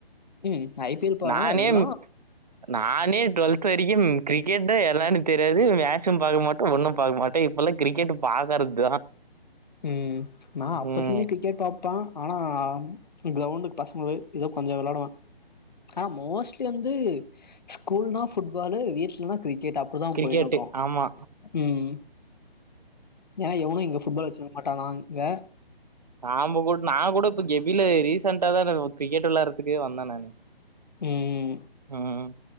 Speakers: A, on the left; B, on the right.
A: ம் ஐ பி எல் போறனால
B: நானே
A: எல்லா
B: நானே டு்வெல்த்து வரிக்கும் கிரிக்கெட்டே என்னானு தெரியாது மேச்சும் பாக்க மாட்டோ ஒன்னும் பாக்க மாட்டோ இப்பல்லா கிரிக்கெட்டு பாக்கறதுதா
A: ம் நா அப்பத்தலே
B: ம்
A: கிரிக்கெட் பாப் பான் ஆனா கிரௌண்டுக்கு பசங்களோய் ஏதோ கொஞ்ச வெளாடுவே ஆனா மோஸ்ட்லி வந்து ஸ்கூல்னா ஃபுட்பாலு வீட்லனா கிரி கெட்டு அப்டிதா
B: கிரிக்கெட்டு
A: போயினோக்கு
B: ஆமா
A: ம் ஏனா எவுனு இங்க ஃபுட்பால் வச்சினு டலாங்க
B: ஆம்பு கூ நா கூட இப்ப கெபில் ஏரிஸ் சென்டா தாத கிரிக்கெட்டு வெளாறதுக்கு வந்த நானு
A: ம்
B: ம்